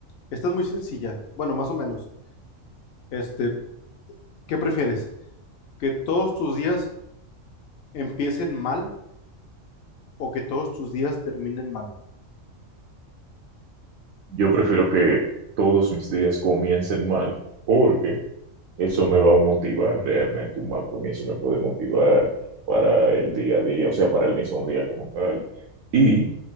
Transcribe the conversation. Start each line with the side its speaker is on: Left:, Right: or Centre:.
Left: Esta es muy sencilla, bueno, más o menos. Este, ¿qué prefieres? ¿Que todos tus días empiecen mal o que todos tus días terminen mal?
Right: Yo prefiero que todos mis días comiencen mal porque eso me va a motivar realmente. Un mal comienzo me puede motivar para el día a día, o sea, para el mismo día como tal. Y